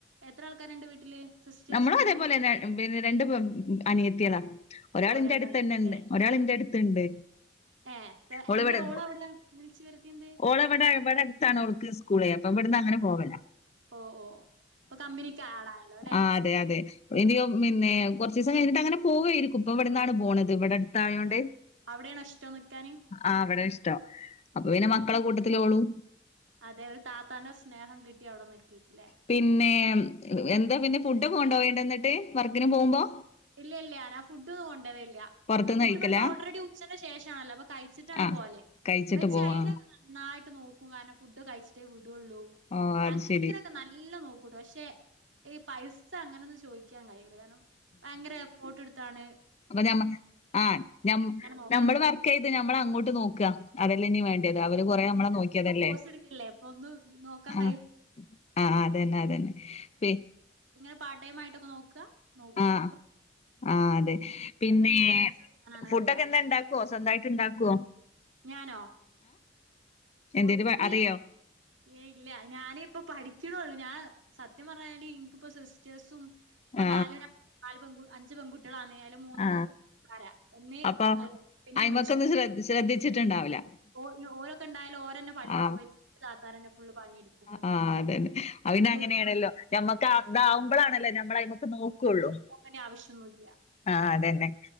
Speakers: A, on the right; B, on the left.
A: എത്ര ആൾക്കാരണ്ട് വീട്ടില്
B: നമ്മളും അതേപോലെന്നെ
A: എങ്ങനെ
B: ബ് പിന്നെ രണ്ട് പെബ് അനിയത്തിയെള ഒരാളിന്റെട്തന്നെണ്ട്
A: ഓ രണ്ടാൾക്കാരല്ലേ
B: ഒരാളിന്റെ അട്ത്ത്ണ്ട്
A: ഏഹ് ത
B: ഓൾവിടെ
A: എന്തേ ഓളവിടെ വിളിച്ചു വരുത്തിയെന്തേ
B: ഒളെവിടെ വിടെ അടുത്താണ് ഓൾ സ്കൂളെ അപ്പം ഇവിടന്ന് അങ്ങനെ പോവല
A: ഓ ഓ അപ്പൊ കമ്പനിക്ക് ആളായല്ലോ
B: ആ അതെ അതെ ഇനി പിന്നെ കുറച്ചീസം കഴിഞ്ഞിട്ട് അങ്ങനെ പോവായിരിക്കും ഇപ്പൊ ഇവിടെന്നാണ് പോണത് ഇവിടെ അട് താഴോണ്ട്
A: ഏഹ് അവിടെയാണോ ഇഷ്ടം നിക്കാന്
B: ആ അവിടെ അപ്പൊ പിന്നെ മക്കളെ കൂട്ടത്തിലോളു
A: അതെ ഒരു താത്താന്റെ സ്നേഹം കിട്ടി. അവിടെ നിക്കേക്കുല്ലേ
B: പിനേമ് എന്താ പിന്നെ ഫുഡൊക്കെ കൊണ്ടോവെയ്ണ്ടോ ന്നിട്ട് വർക്കിന് പോകുമ്പോ?
A: ഇല്ല ഇല്ല്യ നാ ഫുഡ് ഒന്ന് ല്ല്യാ
B: പൊറത്ത്ന്ന്
A: എന്താ ഫുഡ്
B: കഴിക്കലാ?
A: ഇവട്ന്ന് ഓൾറെഡി ഉച്ചന്റെ ശേഷാണല്ലോ അപ്പൊ കഴിച്ചിട്ടാണ്
B: ആ
A: പോവല്.
B: കഴിച്ചിട്ട്
A: മ്മെഛെ
B: പോവാ.
A: അയിന്ൊക്കെ നന്നായിട്ട് നോക്കും കാരണം ഫുഡ് കഴിച്ച് ഇ വിടുള്ളൂ
B: ഓ അത്
A: അങ്ങനത്തെൊനൊക്കേ
B: ശരി.
A: നല്ല നോക്കൂട്ടൂ പക്ഷെ ഈ പൈസ് ച്ചാങ്ങനൊന്നും ചോയിക്യാൻ കഴില്ല കാരണം ഭയങ്കര എഫോർട്ട്ട്ത്താണ്.
B: അപ്പൊഞമ്മക്ക്‌ ആ ഞമ്
A: നോക്കാന്ന്
B: നമ്മൾ വർകെയ്ത് ഞമ്മൾ അങ്ങോട്ട് നോക്കാ അതെല്ലേ നീ വേണ്ടിയത്. അവര് കൊറേ
A: പക്ഷെ
B: അമ്മളെ
A: നമ്മളിപ്പോ
B: നോക്കിയതല്ലേ
A: കോഴ്സ് എടുക്കല്ലേ ഇപ്പൊ ഒന്നും നോക്കാൻ
B: ഹാ ആ അതന്നെ അതന്നെ. പി
A: നെ <inaudible> പാർട്ട് ടൈം ആയിട്ടൊക്കെ നോക്കാ നോക്
B: ആ
A: ഇങ്ങട്
B: ആ അതെ പിനേ
A: അടക്കാനാണ്
B: ഫുഡൊക്കെണ്ടാക്കോ
A: അത്യാവശ്യം
B: സ്വന്തായിട്ട് ണ്ടാക്കോ?
A: ഞാനോ? ഫുഡ്
B: എന്തേലും വ- അറിയോ
A: ഏ ഇല്ല ഞാനീപ്പ പഠിക്കണേള്ളൂ. ഞാൻ സത്യം പറഞ്ഞ്കഴിഞ്ഞാല് ഇൻക്ക്‌പ്പോ സിസ്റ്റേഴ്സും ഇപ്പോ
B: ആ
A: നാല് നാല് പെൺ ക്കു അഞ്ച് പെൺകു ളാണെ അയില് മൂന്നെണ്
B: ആ ആ.
A: പര ഒന്ന്
B: അപ്പൊ
A: അെല്ല പിന്നെമ്മച്യോം
B: അയിമക്കൊന്നും ശ്ര ശ്രദ്ധിച്ചിട്ടുണ്ടാവില്ല
A: ഓ ഓരൊക്കെ ഉണ്ടായി ഓരന്നെ പണിയെടുക്കും
B: ആ
A: വീ <inaudible> താത്താർന്നെ ഫുള്ളും പണിയെടുക്കും വന്നാൽ
B: ആ
A: പിന്നെ
B: അതന്നെ അത്
A: <unintelligible>
B: അങ്ങനെയാണല്ലോ ഞമ്മക്ക് ഇതാവുമ്പളാണല്ലോ ഞമ്മള് അയിമക്ക് നോക്കുള്ളൂ
A: എെ <inaudible> ആവശ്യൊന്നുമല്ല
B: ആ അതന്നെ